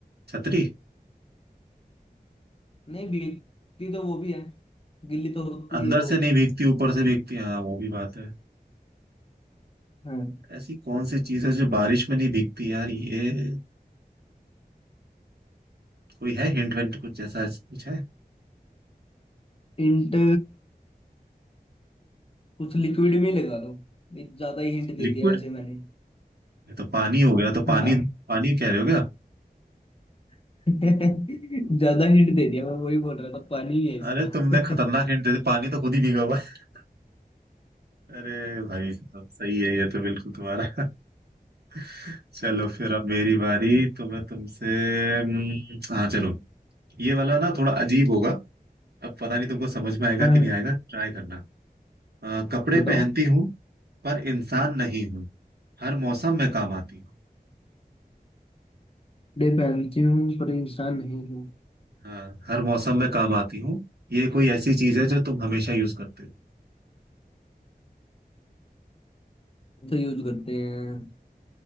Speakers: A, on the right; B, on the left.
A: छतरी
B: नहीं भीगती तो वो भी है गिल्ली तो होती
A: अंदर
B: है वो
A: से नहीं
B: भी
A: भीगती ऊपर से भीगती हाँ वो भी बात है
B: हाँ
A: ऐसी कौन सी चीज है जो बारिश में नहीं भीगती यार ये कोई है हिंट विंट कुछ जैसा ऐसा कुछ है
B: हिंट कुछ लिक्विड में ही लगा लो ये ज्यादा ही हिंट दे
A: लिक्विड
B: दिया वैसे मैंने
A: ये तो पानी हो गया तो पानी
B: हाँ
A: पानी कह रहे हो क्या
B: <laughs> ज्यादा हिंट दे दिया मैं वही बोल रहा था पानी ही है इसका
A: अरे तुमने
B: <laughs>
A: खतरनाक हिंट दे दी पानी तो खुद ही भीगा हुआ है अरे भाई साहब सही है ये तो बिल्कुल तुम्हारा <laughs> चलो फिर अब मेरी बारी तो मैं तुमसे हम्म, हाँ चलो ये वाला ना थोड़ा अजीब होगा अब पता नहीं तुमको समझ में आएगा
B: हाँ,
A: कि नहीं आएगा ट्राई करना अ, कपड़े
B: बताओ
A: पहनती हूँ पर इंसान नहीं हूँ हर मौसम में काम आती हूँ
B: कपड़े पहनती हूँ पर इंसान नहीं हूँ
A: हाँ हर मौसम में काम आती हूँ ये कोई ऐसी चीज है जो तुम हमेशा यूज करते हो
B: तो यूज करते हैं